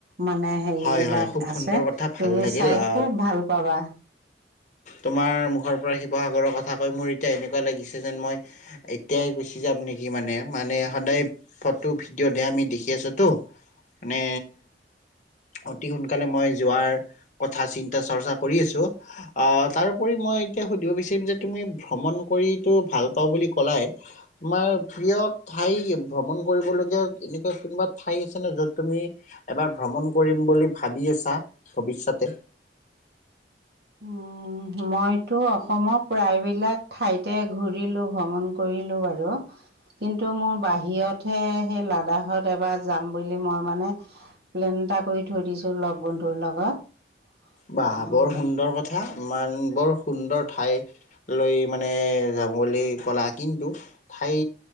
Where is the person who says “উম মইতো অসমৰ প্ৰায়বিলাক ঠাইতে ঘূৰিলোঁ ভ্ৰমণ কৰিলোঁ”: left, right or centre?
Right